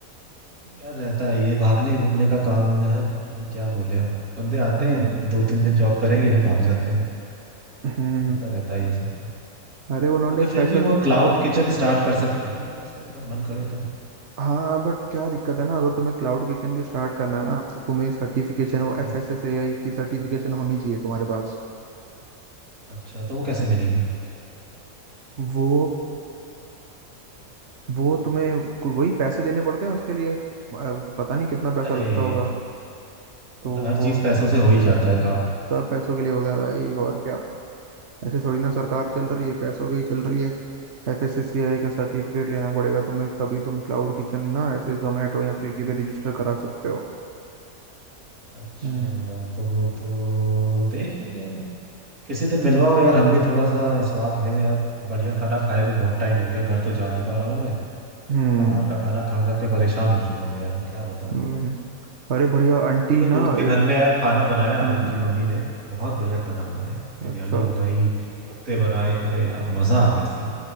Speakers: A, on the right (about 80°); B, on the right (about 55°).
A: यार रहता है ये भागने भुगने का काम है पता नहीं क्या बोले अब बंदे आते
B: हम्म
A: हैं दो तीन दिन जॉब करेंगे फिर भाग जाते हैं
B: हम्म।
A: होता रहता है ये सब तो
B: अरे उन्होंने
A: मगर
B: स्पेशल
A: फिर भी वो क्लाउड किचन स्टार्ट कर सकते हैं वो वैसे अगर मन करे तो
B: हाँ बट क्या दिक्कत है ना अगर तुम्हें क्लाउड किचन भी स्टार्ट करना है ना तो तुम्हें सर्टिफिकेशन वो
A: हम्म,
B: F S S A I की सर्टिफिकेशन होनी चाहिए तुम्हारे पास
A: अच्छा तो वो कैसे मिलेगी
B: वो वो तुम्हें को- वही पैसे देने पड़ते हैं उसके लिए अ, पता नहीं कितना पैसा
A: अरे
B: लगता होगा तो
A: मतलब हर
B: वो
A: चीज पैसों से हो ही जाता है काम
B: सब पैसों के लिए होता है भाई और क्या ऐसे थोड़ी ना सरकार चल रही है पैसों की ही चल रही है एफएससीआई का सर्टिफिकेट लेना पड़ेगा तुम्हें तभी तुम क्लाउड किचन ना ऐसे जोमेटो या स्विगी पे रजिस्टर करा सकते हो
A: अच्छा
B: हम्म
A: यार तो वो तो देखेंगे किसी दिन मिलवाओ यार हम भी थोड़ा सा स्वाद लें यार बढ़िया खाना खाए हुए बहुत टाइम हो गया घर तो जा नहीं पा रहा हूँ मैं
B: हम्म
A: बाहर का खाना खा खा के परेशान हो चुका हूँ यार क्या बताऊँ
B: हम्म। अरे बढ़िया आंटी
A: अभी तो दोस्त
B: ना
A: के घर
B: एक
A: में यार खाना बनाया
B: हम्म
A: उनकी मम्मी ने बहुत बढ़िया खाना बनाया यार बिरयानी
B: अच्छा
A: बनाई कोफ्ते बनाए अरे यार मजा आ गया सीधे